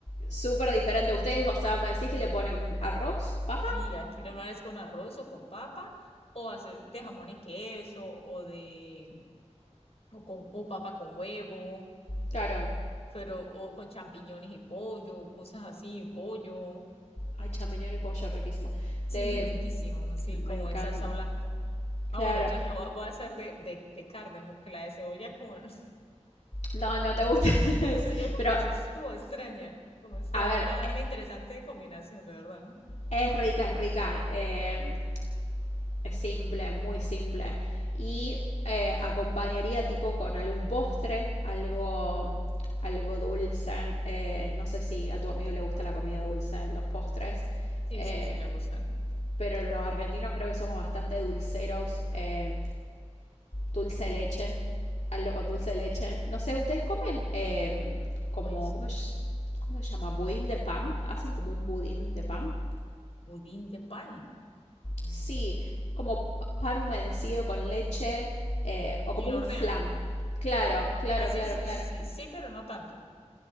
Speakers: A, on the left; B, on the left.
A: súper diferente. Ustedes, o sea, me decís que le ponen arroz, papa.
B: Sí, aquí normal es con arroz o con papa, o hacer de jamón y queso, o de, o con, o papa con huevo,
A: Claro.
B: pero, o con champiñones y pollo, cosas así, pollo.
A: Ay, champiñón y pollo, riquísimo.
B: Sí,
A: Te...
B: es riquísimo, sí,
A: Me
B: como
A: encanta.
B: en salsa blanca. Ah,
A: Claro.
B: bueno, entonces lo va- voy a hacer de, de, de carne, porque la de cebolla con, <laughs>
A: No, no te gusta.
B: la
A: <laughs>
B: cebolla con
A: Pero,
B: queso es como extraña, como extraña,
A: a ver,
B: una,
A: e,
B: una interesante combinación, de verdad.
A: es rica, es rica. Eh, Es simple, muy simple. Y eh, acompañaría tipo con algún postre, algo, algo dulce. Eh, no sé si a tu amigo le gusta la comida dulce, los postres.
B: Sí,
A: eh,
B: sí, sí, le gustan.
A: pero los argentinos creo que somos bastante dulceros. eh, dulce de leche. hazlo con dulce de leche. No sé, ¿ustedes comen eh, como,
B: Pues,
A: ¿cómo, es- cómo se llama? Budín de pan. ¿Hacen como un budín de pan?
B: pudín de pan. Mm.
A: Sí, como pa- pan humedecido con leche eh, o
B: Y
A: como
B: lo
A: un
B: hornean.
A: flan. Claro, claro,
B: Ah, sí,
A: claro,
B: sí,
A: claro.
B: sí, sí, pero no tanto.